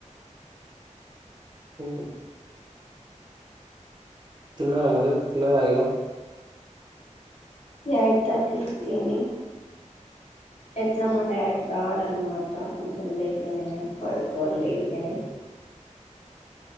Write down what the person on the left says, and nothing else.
ఎయిట్ తర్టీ తిని అట్లా మా డాడీ రాడు అనమాట కొంచం లేట్ గానే తినేసి పడుకొలేదు గాని.